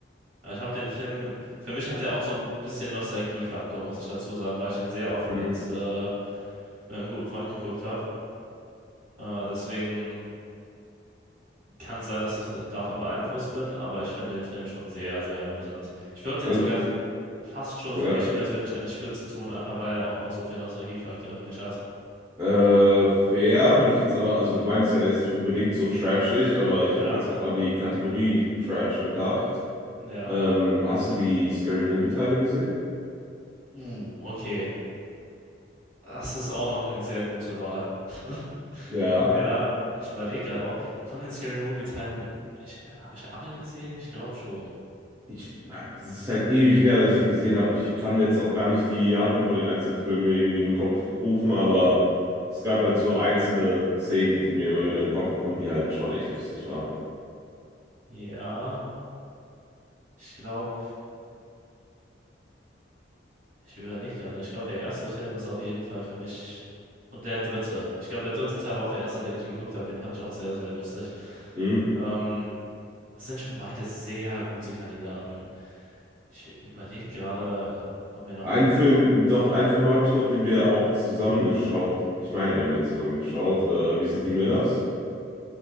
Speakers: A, on the right; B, on the right.
A: Ja, Ich habe den Film, für mich hat er auch so ein bisschen Nostalgie-Faktor, muss ich dazu sagen, weil ich den sehr oft
B: Hm.
A: mit, äh, mit einem guten Freund geguckt habe. Äh, deswegen Kann sein, dass ich davon beeinflusst bin, aber ich finde den Film schon sehr, sehr amüsant. Ich würde den
B: Also,
A: sogar f- fast schon für
B: ja.
A: mich persönlich an die Spitze tun, einfach weil er auch noch so viel Nostalgiefaktor für mich hat.
B: Äh, fair, bin ich jetzt aber, also du meinst ja, der ist nicht unbedingt so trashig, aber ich
A: Ja,
B: habe jetzt auch an die Kategorie Trash gedacht.
A: ja.
B: Ähm, hast du die Scary Movie Teile gesehen?
A: Uh, okay. Das ist auch noch eine sehr gute Wahl. <laughs>
B: Ja.
A: Ja, ich überlege gerade auch, von den Scary Movie Teilen, ich, habe ich alle gesehen? Ich glaube schon.
B: Ich, das ist halt ewig her, dass ich die gesehen habe. Ich kann jetzt auch gar nicht die Handlung von den einzelnen Filmen mir irgendwie in den Kopf rufen, aber es gab halt so einzelne Szenen, die mir immer wieder in den Kopf kommen, die halt schon echt lustig waren.
A: Ja, ich glaube. Ich überlege gerade. Ich glaube, der erste Film ist auf jeden Fall für mich. Und der dritte. Ich glaube, der dritte Teil war auch der erste, den ich geguckt habe. Den fand ich auch sehr, sehr lustig.
B: Hm?
A: Ähm, das sind schon beide sehr gute Kandidaten. Ich überlege gerade, ob mir noch.
B: Ein Film, doch, einen
A: Ja.
B: Film habe ich noch, den wir auch zusammengeschaut. Ich meine, wir haben den zusammen geschaut. Äh, wir sind die Millers.